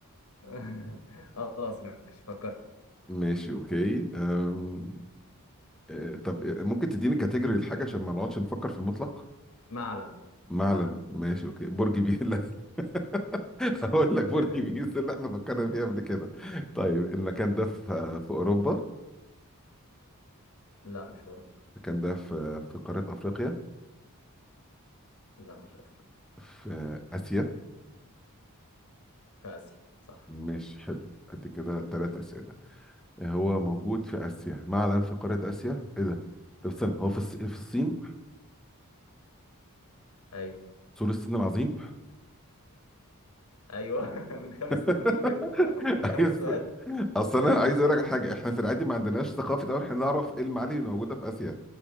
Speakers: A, on the left (about 70°); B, in the centre.
A: <laughs> خلاص ماشي فكرت
B: ماشي اوكي أم... آه، طب آه، ممكن تديني كاتيجوري الحاجة عشان ما نقعدش نفكر في المطلق
A: معلم
B: معلم
A: معلم
B: ماشي اوكي برج بيزا <laughs> هقول لك برج
A: <laughs>
B: بيزا اللي احنا فكرنا فيها قبل كده طيب المكان ده في آه، في اوروبا
A: لا مش في اوروبا
B: المكان ده في في قارة افريقيا
A: لا مش افريقيا
B: في آه، اسيا
A: في آسيا صح
B: ماشي حلو قد كده ثلاث اسئلة هو موجود في اسيا معلم في قارة اسيا ايه ده طب استنى هو في الص- في الصين
A: أيوه
B: سور الصين العظيم
A: أيوه <laughs> من خمس
B: <laughs>
A: تخمين بك... <laughs> من
B: ايوه
A: خمس سؤال
B: اصل انا عايز اقول لك على حاجه احنا في العادي ما عندناش ثقافه اول احنا نعرف ايه المعالم اللي موجوده في اسيا